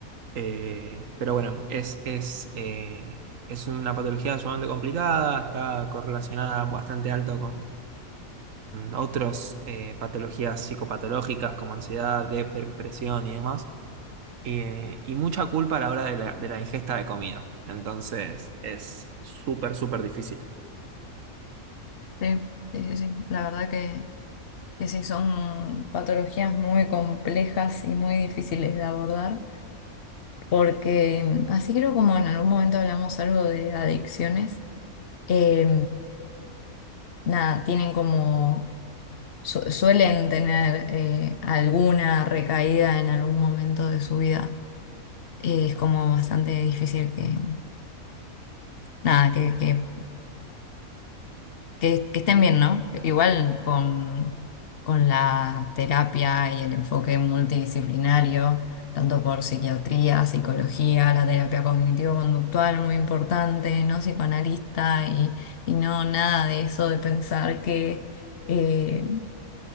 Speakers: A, on the right (about 65°); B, on the left (about 55°).
A: Eh, pero bueno, es, es, eh, es una patología sumamente complicada, está correlacionada bastante alto con otras patologías psicopatológicas como ansiedad, dep- depresión y demás, eh, y mucha culpa a la hora de la, de la ingesta de comida. Entonces es súper, súper difícil.
B: Sí, sí, sí, sí. La verdad que que sí son patologías muy complejas y muy difíciles de abordar, porque mm, así creo como en algún momento hablamos algo de adicciones, eh, nada, tienen como, su- suelen tener eh, alguna recaída en algún momento de su vida. Eh, es como bastante difícil que, nada, que, que Que, que estén bien, ¿no? Igual con, con la terapia y el enfoque multidisciplinario, tanto por psiquiatría, psicología, la terapia cognitivo-conductual, muy importante, no psicoanalista y, y no nada de eso de pensar que, eh,